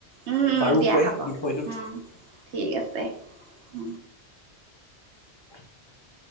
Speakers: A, on the right; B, on the left.
A: উম উম
B: বাৰুকৈ
A: দিয়া হ'ব
B: বিষয়টোত
A: উম ঠিক আছে উ
B: <inaudible>